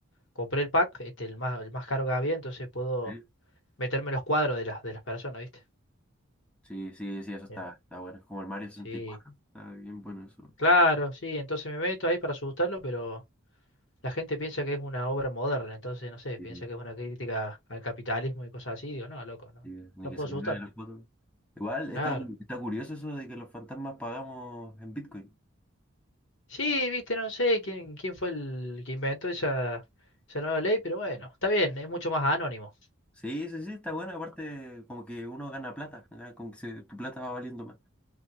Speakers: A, on the left; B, in the centre.
A: compré el pack, este, el más, el más caro que había, entonces puedo
B: sí.
A: meterme en los cuadros de las, de las personas, viste.
B: Sí, sí, sí, eso está,
A: Bien.
B: está bueno. Es como el Mario 64.
A: Sí.
B: Está bien bueno eso.
A: Claro, sí, entonces me meto ahí para asustarlo, pero la gente piensa que es una obra moderna, entonces no sé,
B: Sí,
A: piensa que es una crítica al capitalismo y cosas así, digo, no, loco, no,
B: sí, Ni
A: no
B: que
A: puedo
B: se
A: asustarlo.
B: mueven las fotos. Igual está,
A: Claro.
B: está curioso eso de que los fantasmas pagamos en Bitcoin.
A: Sí, viste, no sé quién, quién fue el que inventó esa, esa nueva ley, pero bueno, está bien, es mucho más anónimo.
B: Sí, sí, sí, está bueno. Aparte, como que uno gana plata, gana como que se- tu plata va valiendo más.